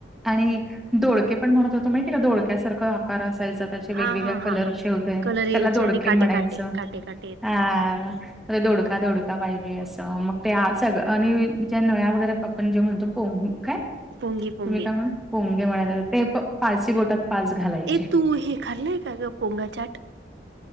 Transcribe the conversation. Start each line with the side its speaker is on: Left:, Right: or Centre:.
Centre: आणि दोडके पण म्हणत होतो माहिती आहे का दोडक्यासारखं आकार असायचा. <unintelligible> त्याचे वेगवेगळ्या
Right: हा हा
Centre: कलरचे
Right: हा हा
Centre: होते
Right: कलर यायचे
Centre: त्याला दोडके
Right: आणि काटे
Centre: म्हणायचं
Right: काटे काटे काटे येतात
Centre: हा.
Right: त्याला.
Centre: <unintelligible> दोडका दोडका पाहिजे असं मग ते सगळं आणि ज्या नळ्या वगैरे आपण जे म्हणतो. पोग काय. <unintelligible> तुम्ही
Right: पोंगे पोंगे
Centre: काय म्हणा पोंगे म्हणा ते पाची बोटात पाच घालायचे.
Right: ए तू हे खाल्लंय का ग पोंगा चाट. <unintelligible>